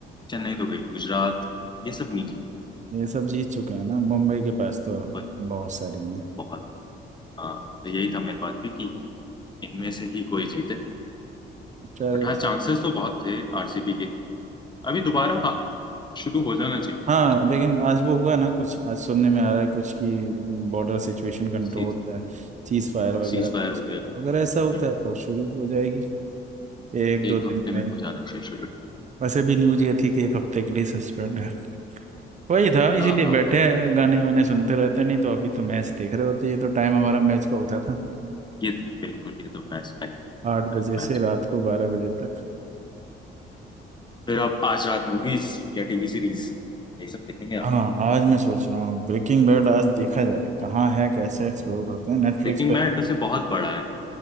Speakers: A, on the left; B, on the right.
A: चेन्नई तो गई गुजरात ये सब नहीं जीतेंगे
B: ये सब जीत चुके हैं ना मुंबई के पास तो
A: बट
B: बहुत सारी हैं
A: बहुत है हाँ तो यही था मेरे पास भी कि इनमें से ही कोई जीते
B: चलो
A: बट हाँ चांसेस तो बहुत थे आरसीबी के अभी दोबारा हाँ, शुरू हो जाना चाहिए मेरे
B: हाँ
A: हिसाब से
B: लेकिन आज वो हुआ ना कुछ आज सुनने में आ रहा है कुछ कि बॉर्डर सिचुएशन कंट्रोल
A: सीज
B: है चीज फायर
A: हाँ,
B: वगैरह
A: सीज
B: कुछ
A: फायर हो गया
B: तो अगर ऐसा होता
A: हम्म
B: है तो शुरू हो जाएगी एक
A: एक
B: दो दिन
A: हफ्ते
B: में
A: में
B: ही।
A: हो जाना चाहिए शुरू
B: वैसे भी न्यूज ये थी कि एक हफ्ते के लिए सस्पेंड है वही था इसीलिए
A: हाँ हाँ
B: बैठे
A: हाँ
B: हैं, गाने वाने सुनते रहते हैं, नहीं तो अभी तो मैच देख रहे होते ये तो टाइम हमारा मैच का होता था
A: ये तो- बिल्कुल ये तो मैच टाइम
B: आठ
A: टाइम
B: बजे से
A: मैच
B: रात
A: कहीं
B: को बारह बजे तक
A: फिर आप आज रात मूवीज या टीवी सीरीज यही सब देखेंगे आप
B: हाँ आज मैं सोच रहा हूँ ब्रेकिंग बैड आज देखा जाए कहाँ है कैसे एक्सप्लोर करते हैं नेटफ्लिक्स
A: ब्रेकिंग
B: पे
A: बैड
B: है
A: वैसे बहुत बड़ा है